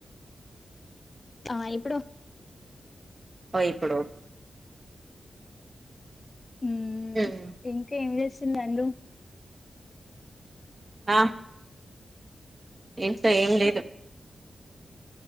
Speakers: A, on the left; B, on the right.
A: ఆ ఇప్పుడు
B: ఓ ఇప్పుడు
A: హ్మ్
B: ఉమ్.
A: ఇంకా ఏం చేస్తుంది అను?
B: ఆ ఇంస్టా ఏం లేదు